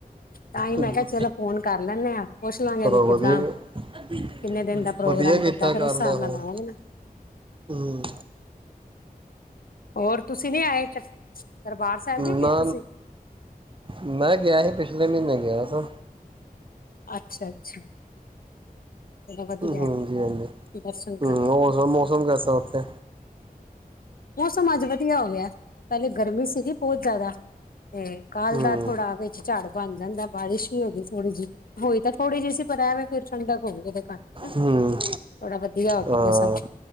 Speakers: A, on the left; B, on the right.
A: ਤਾਂ ਹੀ ਮੈਂ
B: ਹਮ
A: ਕਿਹਾ ਚਲੋ ਫੋਨ ਕਰ ਲੈਂਦੇ ਹਾਂ ਪੁੱਛ ਲਾਂਗੇ
B: ਚਲੋ
A: ਵੀ
B: ਵਧੀਆ
A: ਕਿੱਦਾਂ ਕਿੰਨੇ ਦਿਨ ਦਾ ਪ੍ਰੋਗਰਾਮ
B: ਵਧੀਆ ਕੀਤਾ
A: ਕਿੱਦਾਂ ਫੇਰ
B: ਕਰ
A: ਉਸ ਹਿਸਾਬ
B: ਲੇ
A: ਨਾਲ
B: ਫੋਨ
A: ਆਵਾਂਗੇ ਨਾ
B: ਹਮ
A: ਹੋਰ ਤੁਸੀਂ ਨ ਆਏ <unintelligible> ਸਾਹਿਬ ਨੀ
B: ਨਾ
A: ਗਏ ਤੁਸੀਂ
B: ਮੈਂ ਗਿਆ ਸੀ ਪਿਛਲੇ ਮਹੀਨੇ ਗਿਆ ਹ
A: ਅੱਛਾ ਅੱਛਾ ਚਲੋ ਵਧੀਆ
B: ਹਜੀੀ ਹਾਂਜੀ
A: ਦਰਸ਼ਨ ਕਰ
B: ਹਮ ਹੋ ਮੌਸਮ ਕੈਸਾ ਉੱਥੇ
A: ਮੌਸਮ ਅੱਜ ਵਧੀਆ ਹੋ ਗਿਆ ਪਹਿਲੇ ਗਰਮੀ ਸੀਗੀ ਬਹੁਤ ਜ਼ਿਆਦਾ ਤੇ ਕਾਲ
B: ਹੂੰ
A: ਦਾ ਥੋੜਾ ਵਿਚ ਝਾੜ ਬਣ ਜਾਂਦਾ ਬਾਰਿਸ਼ ਵੀ ਹੋ ਗਗੀ ਥੋੜੀ ਜੀ ਹੋਈ ਤਾਂ ਥੋੜੀ ਜਿਸੀ ਪਰ <unintelligible> ਹੋ ਗਈ ਉਹਦੇ ਕਰਕੇ ਨਾ
B: ਹਮ
A: ਥੋੜਾ ਵਧੀਆ ਹੋ ਗਿਆ
B: ਹਾਂ
A: ਮੌਸਮ